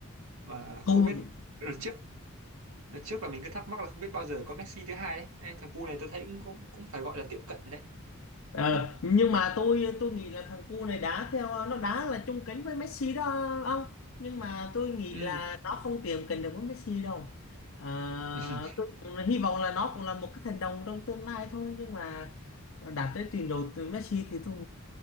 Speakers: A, on the right; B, on the left.
A: mà
B: Tôi
A: không biết đợt trước đợt trước là mình cứ thắc mắc là không biết bao giờ có Messi thứ hai đấy. Đây, thằng cu này tôi thấy cũng cũng, cũng phải gọi là tiệm cận rồi đấy.
B: Ờ, nhưng mà tôi tôi nghĩ là thằng cu này đá theo ờ, nó đá là chung kính với Messi đó ông nhưng mà tôi nghĩ
A: Ừ.
B: là nó không tiệm cận được với Messi đâu Ờ,
A: <laughs>
B: tôi cũng hy vọng là nó cũng là một cái thần đồng trong tương lai thôi nhưng mà đạt tới trình độ từ Messi thì tôi